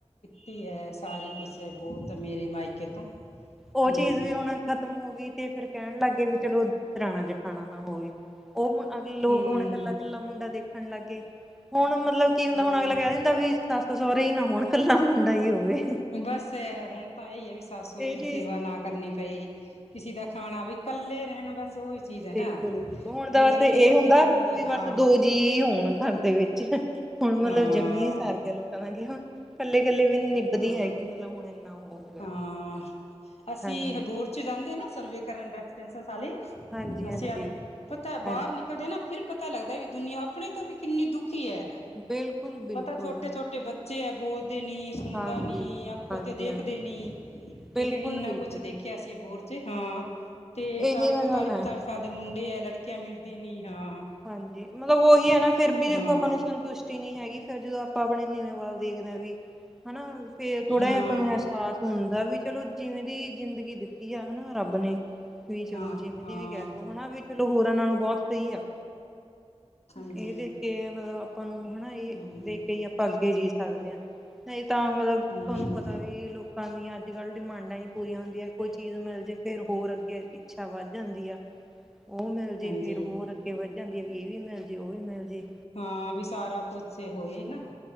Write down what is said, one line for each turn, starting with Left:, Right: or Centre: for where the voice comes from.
Left: ਤੀ ਹੈ ਸਾਰੀ ਕੁਛ ਬੋਤ ਮੇਰੇ ਮਾਇਕੇ ਤੋਂ। ਹੂੰ
Centre: ਓ ਚੀਜ਼ ਵੀ ਹੁਣ ਖਤ ਤਮ ਹੋਗੀ ਤੇ ਫਿਰ ਕੈਣ ਲੱਗ ਗਏ ਵੀ ਚਲੋ ਦਰਾਣਾ-ਜਠਾਣਾ ਨਾ ਹੋਵੇ। ਓਹ ਮ ਅਗੀ ਲੋਗ
Left: ਹੂੰ
Centre: ਹੁਣ ਕੱਲਾ-ਕੱਲਾ ਮੁੰਡਾ ਦੇਖਣ ਲੱਗ ਗੇ ਹੁਣ ਮਤਲਬ ਕੀ ਹੁੰਦਾ
Left: ਹੂੰ
Centre: ਹੁਣ ਅਗਲਾ ਕੈ ਦਿੰਦ ਦਾ ਵੀ ਸੱਸ ਸੌਰੇ ਹੀ ਨਾ ਹੋਣ ਕੱਲਾ ਮੁੰਡਾ ਹੀ ਹੋਵੇ।
Left: ਬਸ ਐ ਹੁਣ ਤਾਂ ਐਹੀ ਐ ਵੀ ਸੱਸ ਸੌਰੇ
Centre: ਇਹ
Left: ਦੀ
Centre: ਚੀਜ਼
Left: ਸੇਵਾ ਨਾ ਕਰਨੀ ਪਏ ਕਿਸੀ ਦਾ ਖਾਣਾ ਬਈ ਕੱਲੇ ਰੈਣ ਬਸ। ਉਹੀ ਚੀਜ਼ ਹੈ ਨਾ
Centre: ਬਿਲਕੁਲ ਬਿਲਕੁ ਹੁਣ ਤਾ
Left: ਵੀ
Centre: ਬਸ
Left: ਕੱਲੇ
Centre: ਏਹ
Left: ਕੱਲੇ
Centre: ਹੁੰਦਾ
Left: ਰਹਿਣ ਦੀ
Centre: ਵੀ
Left: ਹਾਂ
Centre: ਬਸ ਦੋ ਜੀਅ ਹੋਣ ਘੱਰ ਦੇ ਵਿੱਚ ਹੁਣ ਮਤਲਬ
Left: ਹਾਂ
Centre: ਜੰਮੀਐ ਸਰ ਐ ਲੋਕਾਂ ਦਾ ਕਿ ਹਾਂ ਕੱਲੇ-ਕੱਲੇ ਵੀ ਨੀ ਨਿਭਦੀ
Left: ਹਾਂ
Centre: ਹੈਗੀ ਮਤਲਬ ਹੁਣ ਇੰਨਾ ਓ ਹੋ ਗਿਆ।
Left: ਹਾਂ ਅਸੀਂ
Centre: ਹਾਂਜੀ,
Left: ਹਬੋਰ ਚ ਜਾਂਦੇ ਐ ਨਾ ਸਰਵੇ ਕਰਨ ਡਰ ਪਿਣਸਸ ਆਲੀ
Centre: ਹਾਂਜੀ-ਹਾਂਜੀ।
Left: ਨਸ਼ੇ ਆਲੀ ਪਤੈ
Centre: ਹਾਂਜੀ,
Left: ਬਾਰ ਨਿਕਲਦੇ ਆ ਨਾ ਫਿਰ ਪਤਾ ਲੱਗਦਾ ਵੀ ਦੁਨੀਆ ਅਪਣੇ ਤੋਂ ਵੀ ਕਿੰਨੀ ਦੁਖੀ ਐ
Centre: ਬਿਲਕੁਲ-ਬਿਲਕੁਲ
Left: ਪਤਾ ਛੋਟੇ-ਛੋਟੇ ਟੇ ਬੱਚੇ ਐ ਬੋਲਦੇ ਨੀ, ਸੁਣਦਾ
Centre: ਹਾਂਜੀ।
Left: ਨੀ, ਆਖੋ
Centre: ਹਾਂਜੀ-ਹਾਂਜੀ,
Left: ਤੇ ਦੇਖਦੇ ਨੀ। ਠੀਕ
Centre: ਬਿਲਕੁਲ-ਬਿਲਕੁਲ
Left: ਹੈ ਇੰਨਾ ਕੁਛ ਦੇਖਿਆ ਸੀ ਬੋਰ ਚ ਹਾਂ ਤੇ ਚਾਲੀ,
Centre: ਇਹੀ ਤਾਂ
Left: ਪੰਤਾਲੀ-
Centre: ਗੱਲ
Left: ਪੰਤਾਲੀ
Centre: ਹੈ।
Left: ਸਾਲ ਦੇ ਮੁੰਡੇ ਹੈ ਲੜਕੀਆ ਮਿਲਦੀ ਨੀ ਹਾਂ।
Centre: ਹਾਂਜੀ ਮਤਲਬ ਉਹੀ ਹੈ ਨਾ ਫਿਰ ਵੀ ਦੇਖੋ
Left: ਹਾਂ
Centre: ਆਪਾਂ ਨੂੰ ਸੰਤੁਸ਼ਟ ਨੀ ਹੈਗੀ ਫੇਰ ਜਦੋ ਆਪਾ ਆਪਣੇ ਨੀਵੇ ਵੱਲ ਦੇਖਦੇ ਹਾਂ ਵੀ ਹਨਾ ਫੇਰ ਥੋੜਾ
Left: ਹਾਂ
Centre: ਜਹਾ ਆਪਾ ਸਾਸ ਹੁੰਦਾ ਵੀ ਚਲੋ ਜਿਵੇਂ ਦੀ ਜ਼ਿੰਦਗੀ ਦਿੱਤੀ ਆ ਹਨਾ ਰੱਬ ਨੇ। ਵੀ ਚਲੋ
Left: ਹਾਂ
Centre: ਜਿਵੇਂ
Left: ਹਾਂ
Centre: ਦੀ ਵੀ ਕਹਿ ਲਓ ਹਨਾ ਵੀ ਚਲੋ ਹੋਰਾ ਨਾਲੋ ਬੋਤ ਸਹੀ ਆ।
Left: ਹਾਂਜੀ
Centre: ਇਹ ਦੇਖ ਕੇ ਮਤਲਬ ਆਪਾਂ ਨੂੰ ਹਨਾ ਇਹ
Left: ਹਮ
Centre: ਦੇ ਕੇ ਹੀ ਅੱਗੇ ਜੀਅ ਸਕਦੇ ਹਾਂ ਨਈ ਤਾਂ ਮਤਲਬ
Left: ਹਮ
Centre: ਤੁਹਾਨੂੰ ਪਤਾ ਵੀ ਲੋਕ ਕਾ ਦੀਆ ਅੱਜ ਕੱਲ੍ਹ ਡਿਮਾਂਡਾ ਹੀ ਪੂਰੀਆ ਹੁੰਦੀਆ ਕੋਈ ਚੀਜ਼ ਮਿਲ ਜੇ ਫੇਰ ਹੋਰ ਅੱਗੇ ਇੱਛਾ ਵੱਧ ਜਾਂਦੀ ਆ। ਉਹ ਮਿਲ ਜੇ
Left: ਹਾਂਜੀ
Centre: ਫੇਰ ਹੋਰ ਅੱਗੇ ਵੱਧ ਜਾਂਦੀ ਹੈ ਵੀ ਇਹ ਵੀ ਮਿਲ ਜੇ ਉਹ ਵੀ ਮਿਲ ਜੇ।
Left: ਹਾਂ ਵੀ ਸਾਰਾ ਕੁਛ ਹੋਏ ਨਾ।